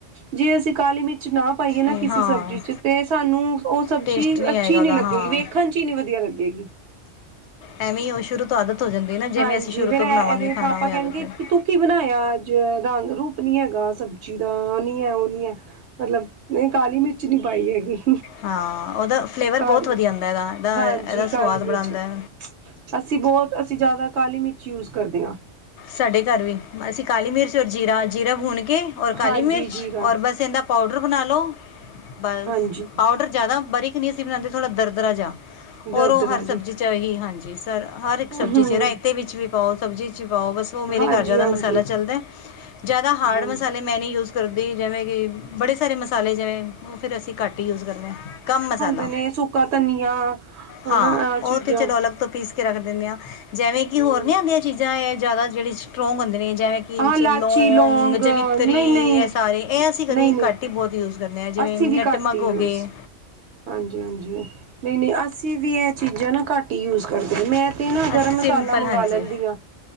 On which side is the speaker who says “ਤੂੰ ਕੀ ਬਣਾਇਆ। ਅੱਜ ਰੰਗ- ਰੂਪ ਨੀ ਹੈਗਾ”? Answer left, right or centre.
Right